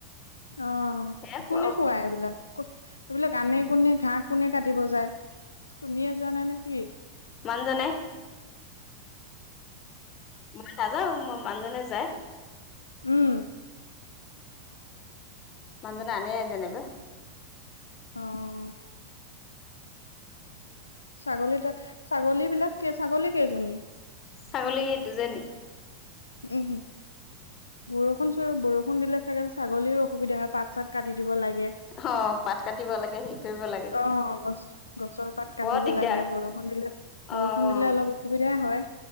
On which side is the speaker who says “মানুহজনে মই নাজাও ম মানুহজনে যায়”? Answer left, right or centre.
Left